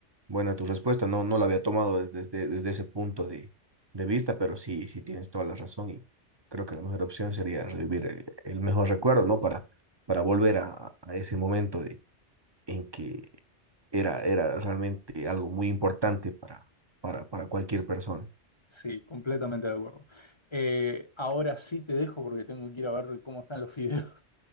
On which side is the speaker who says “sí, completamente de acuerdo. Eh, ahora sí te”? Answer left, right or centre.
Left